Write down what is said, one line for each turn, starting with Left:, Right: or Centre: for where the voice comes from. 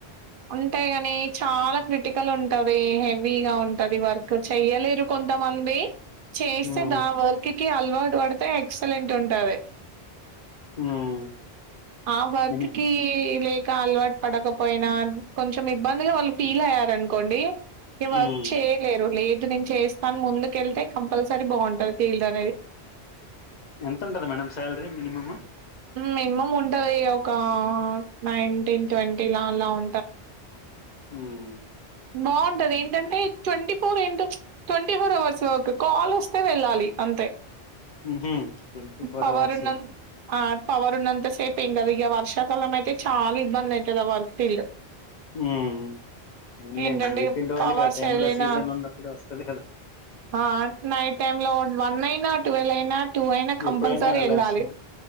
Right: ఉంటాయి గాని చాలా క్రిటికల్ ఉంటది హెవీగా ఉంటది వర్క్ చెయ్యలేరు కొంతమంది చెస్తే
Left: ఉమ్
Right: దా వర్క్ కీ అల్ అలవాటు పడితే ఎక్సలెంట్ ఉంటది
Left: ఉమ్
Right: ఆ వర్క్
Left: మిని
Right: కీ లే ఇంకా అలవాటు పడకపోయినా కొంచెం ఇబ్బందిగా వాళ్ళు ఫీల్ అయ్యారనుకోండి ఇక వర్క్
Left: ఉమ్
Right: చేయలేరు లేట్ నేను చేస్తాను ముందుకెళ్తే కంపల్సరీ బాగుంటది ఫీల్డ్ అనేది
Left: ఎంతుంటది మేడం సాలరీ మినిమమ్
Right: మినిమం ఉంటది ఒక నైన్టీన్ ట్వంటీ లా అలా ఉన్
Left: హుమ్
Right: బాగుంటది ఏంటంటే twenty four into twenty four hours work call వస్తే వెళ్ళాలి అంతే
Left: హ్మ్ హు ట్వంటీ ఫోర్
Right: పవర్
Left: అవర్స్
Right: ఉన్నం ఆ టవర్ ఉన్నంతసేప్ ఏం కాదు వర్షాకాలం అయితే చాలా ఇబ్బంది అయితది ఆ వర్క్ తీళ్ళు
Left: మ్మ్ ఏంలేండి
Right: ఏంటంటే
Left: ఏ ఫీల్డ్ వాళ్ళకి
Right: పవర్స్
Left: ఆ టైమ్
Right: ఎళ్ళినా
Left: లో సీజన్ ఉన్నప్పుడే వస్తది కదా
Right: ఆ నైట్ టైమ్ లో వన్ అయినా ట్వెల్వ్ అయినా టూ అయినా కంపల్సరీ
Left: ఎప్పుడైనా వెళ్లాల్సిన
Right: వెళ్ళాలి